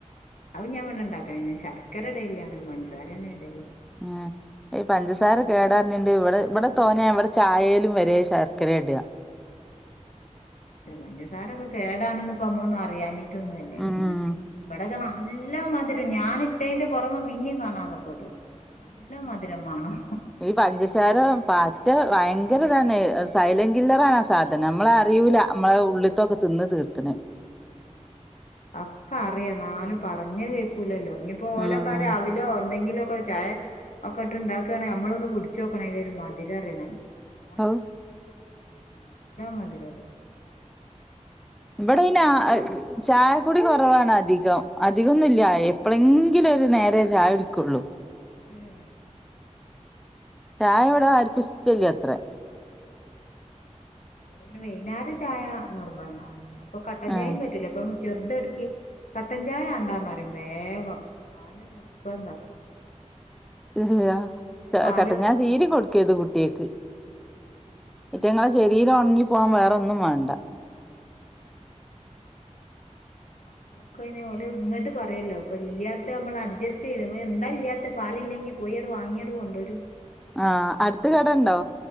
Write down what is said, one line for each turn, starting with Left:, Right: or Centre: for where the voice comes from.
Left: അതും ഞാ ഇവിടെ ഉണ്ടാക്ക ശർക്കരട്ലില്യനൊള്ളു, പഞ്ചസാരന്നേഇടല്.
Centre: ആഹ്. ഈ പഞ്ചസാര കേടാർനെണ്ട് ഇവടെ ഇവടെ തോനെ ഇവടെ ചായേല് വരേ ശർക്കരേടാ
Left: പഞ്ചസാരൊക്കെ കേടാണ്ന്ന് പ്പ നമ്മളറിയാഞ്ഞിട്ടൊന്നുംല്ലല്ലോ
Centre: ഉം
Left: ഞാ ഇവിടൊക്കെ ന നല്ല മധുരം ഞാനിട്ടേന്റെ പുറമേ പിന്നിം കാണാതൊക്കെടും നല്ലം മധുരം വേണം.
Centre: ഈ പഞ്ചസാര പറ്റ ഭയങ്കരതാണ്, സൈലൻറ് കില്ലറാണാ സാധനം, നമ്മള റിയൂല നമ്മളെ ഉള്ള്ത്തൊക്കെ തിന്ന് തീർക്ക്ണ്.
Left: ഉ അക്കറിയാന്നാലും പറഞ്ഞകേക്കൂലല്ലൊ ഇനിയിപ്പൊ ഓലോക്കാരാവിലോ
Centre: ഉം
Left: എന്തെങ്കിലൊക്കെ ചായ. ഒക്കെട്ട്ണ്ടാക്കാണെൽ നമ്മളൊന്ന് കുട്ച്ചോക്കണംഅയ്ൻ്റൊരു മധുരംറിയണെങ്കി, മോന്.
Centre: ഔ
Left: നല്ല മധു രടും.
Centre: ഇബടയ്ന് ആഅ്. ചായ കുടി കൊറവാണധികം അധികൊന്നുല്ല്യ എപ്പളെങ്കിലും ഒരു നേരെ ചായുടിക്കൊള്ളൂ.
Left: ഏഹ്.
Centre: ചായ ഇവ്ടെ ആർക്കും ഇഷ്ട്ടല്ല്യ ത്രേ.
Left: ഇവടെ പിന്നെ വൈന്നാര ചായ നിർബന്ധാ അപ്പൊ കട്ടൻ
Centre: ആഹ്
Left: ചായും പറ്റൂല. ഇപ്പം ചെറുതട്ക്കി കട്ടൻ ചായ വേണ്ടാന്നറിം വേഗം പാല് നിർബന്ധാപ്പം.
Centre: ഹ് ഹാ
Left: അങ്ങനെ പാല്
Centre: കട്ടൻചായ തീരെ കൊട് ക്കെര്ത് കുട്ട്യാക്ക് അറ്റിങ്ങളെ ഷ രീരം ഒണങ്ങി പോവാൻ വേറൊന്നും വേണ്ട.
Left: <unintelligible> മക്കൊക്കെ അയ്ൻ ഓല് ഇങ്ങട്ട് പറിയല്ലോ അപ്പൊ ഇല്ലാത്ത നമ്മൾ അഡ്ജസ്റ്റ് ചെയ്ത് എന്താ ഇല്ല്യാ ത്തെ. പാലില്ലെങ്കി പോയാണ്ട് വാങ്ങിയാണ്ട് കൊണ്ടരും.
Centre: ആഹ് അടുത്ത് കടണ്ടോ